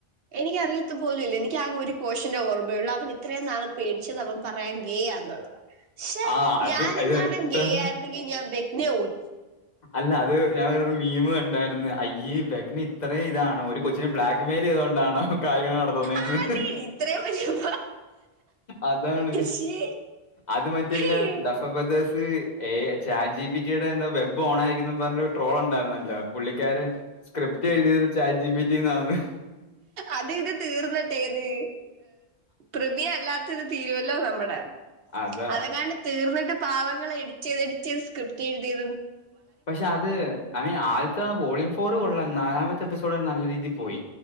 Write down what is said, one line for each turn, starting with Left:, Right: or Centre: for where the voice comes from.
Right: എനിക്കറിയത്ത് പോലും ഇല്ല എനിക്ക് ആകെ ഒരു പോഷനെ ഓർമ്മയുള്ളൂ അവൻ ഇത്രയും നാള് പേടിച്ചത് അവൻ പറയാ ശെ,
Left: ആ അത്
Right: ഞാനെങ്ങാനും
Left: അത് എത്ര
Right: ഗെയായിരുന്നെങ്കി ഞാൻ വെറ്റ്നയെ
Left: അല്ല അത് ഞാൻ ഒരു മീമ് ക ണ്ടായിര്ന്ന് അയ്യേ വെറ്റ്ന ഇത്രയും ഇതാണോ ഒരു കൊച്ചിനെ ബ്ലാക്ക് മെയിൽ ചെയ്തോ ആണോ കാര്യങ്ങൾ നടത്തുന്നെന്ന്.
Right: ആ നീ ഇത്രയും വലിയ
Left: അതാണ്.
Right: ശ്ശേ
Left: അത് മറ്റയിലെ
Right: അയ്യോ
Left: ദഫബദസ് ഏ ചാറ്റ് ജി പി ടി യുടെ എന്തോ വെബ് ഓണായിക്ക് എന്നും പറഞ്ഞൊരു ട്രോൾ ഉണ്ടായിരുന്നല്ലോ പുള്ളിക്കാര് സ്ക്രിപ് <unintelligible> ചാറ്റ് ജി പി ടി ന്നാന്ന്.
Right: അത് ഇത് തീർന്നിട്ട് ഏത് പ്രിമിയല്ലാ <unintelligible> തീരുവല്ലോ നമ്മടെ.
Left: അതെ.
Right: അതങ്ങാണ്ട് തീർന്നിട്ട് പാവങ്ങൾ എഡിറ്റ് ചെയ്ത് എഡിറ്റ് ചെയ്ത് സ്ക്രിപ്റ്റ് എഴുതിയ
Left: പക്ഷെ അത് ഐ മീൻ ആദ്യത്തെ വോളിയം ഫോർ കൊള്ളാം നാലാമത്തെ എപ്പിസോഡ് വരെ നല്ല രീതിയിൽ പോയി.